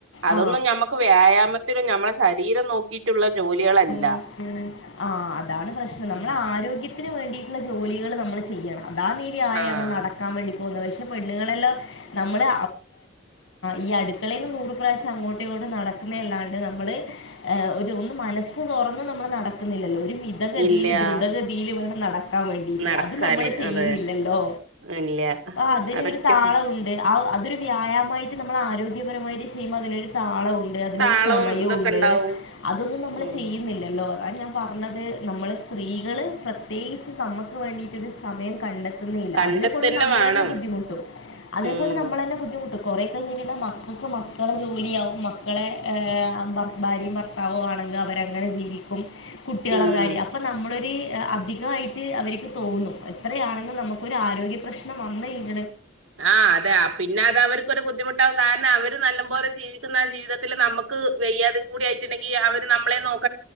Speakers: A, on the right (about 85°); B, on the left (about 75°).
A: അതൊന്നും
B: ആ.
A: നമ്മുക്ക് വ്യായാമത്തിൽ നമ്മളെ ശരീരം നോക്കിയിട്ടുള്ള ജോലികളല്ല
B: ഉ ഉ ആ അതാണ് പ്രശ്നം നമ്മുടെ
A: ഉം
B: ആരോഗ്യത്തിന് വേണ്ടിയിട്ടുള്ള ജോലികൾ നമ്മൾ ചെയ്യണം അതാ ഈ വ്യായാമം
A: ആഹ്
B: നടക്കാൻ വേണ്ടി പോകുന്നത് പക്ഷെ പെണ്ണുങ്ങളെല്ലാം നമ്മള് ഈ അടുക്കളയിൽന്ന് നൂറ് പ്രാവശ്യം അങ്ങോട്ട് ഇങ്ങോ നടക്കുന്നല്ലാണ്ട് നമ്മള് ഒര് ഒന്ന് മനസ് മനസ് തുറന്ന് നമ്മള് നടക്കുന്നില്ലല്ലോ ഒരു മിതഗതിയിൽ
A: ഇല്ല
B: ദ്രുതഗതിയിൽ വേണം നട ക്കാൻ വേണ്ടീട്ട്
A: നടക്കാന്
B: അത് നമ്മള് ചെയ്യുന്നില്ലല്ലോ
A: അതെ ഇല്ല
B: അതിനൊരു
A: അതൊക്കെ
B: താളമുണ്ട്
A: ശരി
B: ആ അതൊരു വ്യായാമായിട്ട് നമ്മൾ ആരോഗ്യപരമായിട്ട് ചെയ്യുമ്പോൾ അതിനൊരു താളംമുണ്ട് ണ്ട് അതിനൊരു
A: താളവും
B: സമയമുണ്ട്
A: ഇതൊക്കെ ഇണ്ടാവും
B: അതൊന്നും നമ്മൾ
A: ഉം
B: ചെയ്യുന്നില്ലല്ലോ? അതാ ഞാൻ പറഞ്ഞത് നമ്മൾ സ്ത്രീകള് പ്രത്യേകിച്ച് നമുക്ക് വേണ്ടിയിട്ട ഒരു സമയം കണ്ടെത്ത ന്നില്ല
A: കണ്ടെത്തന്നെ
B: അതിനെ കൊണ്ട് നമ്മൾ
A: വേണം
B: തന്നെ ബുദ്ധിമുട്ടും അതിനെ
A: ഉം
B: കൊണ്ട് നമ്മൾ തന്നെ ബുദ്ധിമുട്ടും. കുറേ കഴിഞ്ഞിട്ടുണ്ടാൽ മക്കൾക്ക് മക്കളെ ജോലിയാവും മക്കളെ ഭർ ഭാര്യയും ഭർത്താവും ആണെങ്കിൽ അവരെ അങ്ങനെ ജീവിക്കും കുട്ടികള
A: ഉം
B: കാര്യം അപ്പൊ നമ്മളൊരു അധികമായിട്ട് അവർക്ക് തോന്നും എത്രയാണെങ്കിലും നമുക്കൊരു ആരോഗ്യപ്രശ്നം വന്ന് കഴി -
A: ആഹ് അതെ പിന്നെ അത് അവർക്കൊരു ബുദ്ധിമുട്ടാവും കാരണം അവര് നല്ല പോലെ ജീവിച്ചു പറ്റുന്ന ആ ജീവിതത്തില് നമുക്ക് വയ്യാതയും കൂടി ആയിട്ടുണ്ടെങ്കിൽ അവര് നമ്മളെ നോക്ക